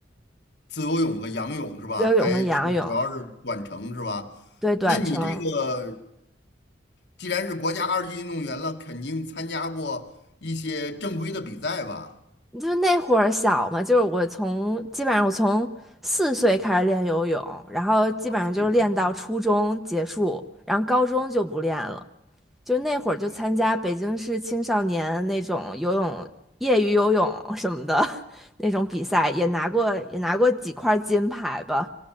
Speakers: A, on the left (about 65°); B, in the centre.
A: 自由泳和仰泳是吧？
B: 自由泳跟仰泳，
A: 还是主要是短程是吧？
B: 对，短程。
A: 那你这个既然是国家二级运动员了，肯定参加过一些正规的比赛吧？
B: 就是那会儿小嘛，就是我从基本上我从四岁开始练游泳，然后基本上就是练到初中结束，
A: 啊，四岁哦，
B: 然后高中就不练了。就那会儿就参加北京市青少年那种游泳业余游泳什么的
A: 哎，
B: <laughs> 那种比赛，也拿过也拿过几块金牌吧。